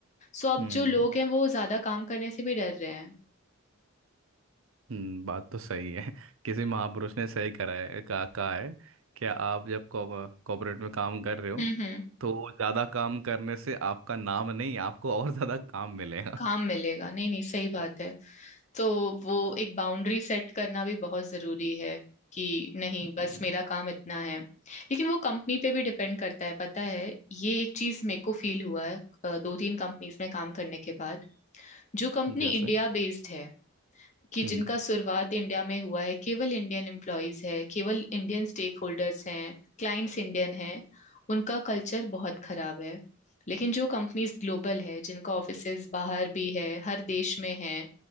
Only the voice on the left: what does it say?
सो अब
जो लोग हैं वो ज्यादा काम करने से भी डर रहे हैं
हम्म हम्म
काम
मिलेगा नहीं नहीं सही बात है तो वो एक बाउंड्री सेट करना भी बहुत जरूरी है कि नहीं
बस मेरा काम इतना है लेकिन वो कंपनी पे भी डिपेंड करता है पता है ये एक चीज मेरे को फील हुआ है अ, दो तीन कंपनीज में काम करने के बाद जो कंपनी
इंडिया बेस्ड है कि जिनका
शुरुआत इंडिया में हुआ है केवल इंडियन एम्प्लॉयज है केवल इंडियन स्टेक होल्डर्स हैं क्लाइंट्स इंडियन हैं उनका कल्चर बहुत खराब है लेकिन जो कंपनीज ग्लोबल है जिनका ऑफिसेज बाहर भी है हर देश में है